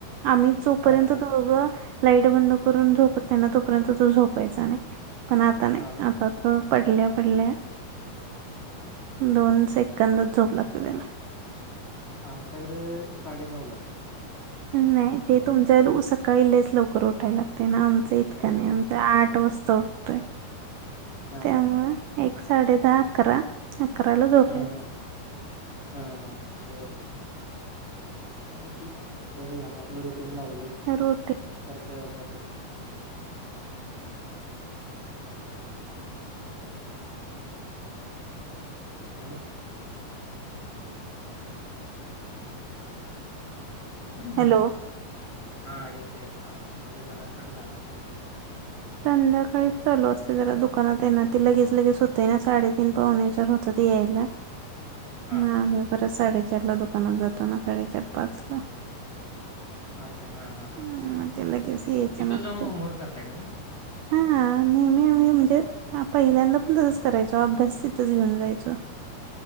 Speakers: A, on the right; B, on the left.
A: आम्ही जोपर्यंत
B: हां, हां.
A: दोघं लाईट बंद करून झोपत नाही ना तोपर्यंत तो झोपायचा नाही पण आता नाही
B: हां, हां,
A: आता
B: हां.
A: तो पडल्या पडल्या दोन सेकंदांत झोप लागते त्याला
B: आमच्याकड साडेनऊलाच
A: नाही ते तुमचा सकाळी लयच लवकर उठायला लागत. आमच इतकं
B: होय.
A: नाही आमच आठ वाजता उठतय
B: हां,
A: त्त्यामुळे
B: हां, हां.
A: साडे दहा- अकरा. अकराला झोपायच.
B: हां, हां, हां. बरोबर. ठीक आहे बरं झालं आपलं रुटीन लागले
A: रोटी
B: करतय आता ते. हॅलो ह्
A: हॅलो
B: हा येतो येतोय आवाज मध्ये जरा कट झाला.
A: संध्याकाळी चालू असते जरा दुकानात येणार ते लगेच लगेच होते ना साडेतीन पाहुणेच्याार होतात ते येईला.
B: हां.
A: ना आम्ही परत साडेचार ला दुकानात जातो ना साडेचार पाच ला
B: अच्छा हा हा हा
A: मग ते लगेच यायचं
B: तिथं
A: नसतय.
B: जाऊन होमवर्क करताय का? मग?
A: हा नेहमी आम्ही म्हणजे पहिल्यांदा पण तसच करायचो अभ्यास तिथंच घेऊन जायचो.